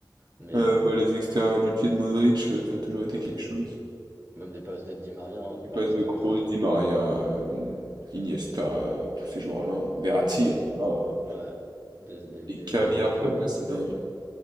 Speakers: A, on the right (about 30°); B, on the right (about 65°).
A: Mais
B: Euh,
A: euh,
B: bah, les extérieurs du pied de Modric, euh, ça a toujours été
A: oui,
B: quelque chose.
A: même des passes des Di Maria, hein. Di
B: Les
A: Maria
B: passes
A: c'était
B: de Kroos,
A: un très très.
B: Di Maria, euh, Iniesta, euh, tous ces joueurs-là. hein. Verratti,
A: Oui,
B: oh là là.
A: ouais, des, des, des
B: Les caviars
A: virtuoses.
B: comme
A: hein.
B: ça, c'est dingue.